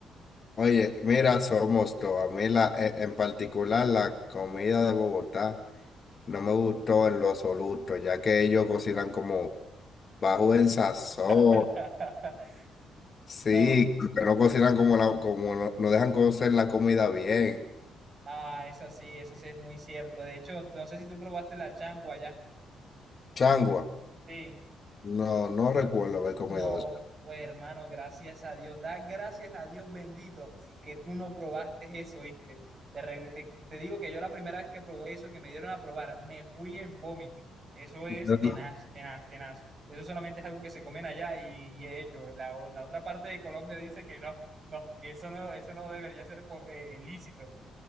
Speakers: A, on the left; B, on the right.
A: Oye, mira, somos todos. A mí la, e- en particular la comida de Bogotá no me gustó en lo absoluto, ya que ellos cocinan como bajo el sazón.
B: <laughs>
A: Sí,
B: No.
A: que no cocinan como la, como no, no dejan cocer la comida bien.
B: Ah, eso sí, eso sí es muy cierto. De hecho, no sé si tú probaste la changua ya.
A: Changua.
B: Sí.
A: No, no recuerdo haber comido
B: No,
A: eso.
B: hermano, gracias a Dios. Da gracias a Dios bendito que tú no probaste eso, ¿viste? Te, re- te- te digo que yo la primera vez que probé eso, que me dieron a probar, me fui en vómito. Eso es
A: <laughs>
B: tenaz, tenaz, tenaz. Eso solamente es algo que se comen allá y, y de hecho, la, la otra parte de Colombia dice que no, no, que eso no, eso no debería ser eh, lícito.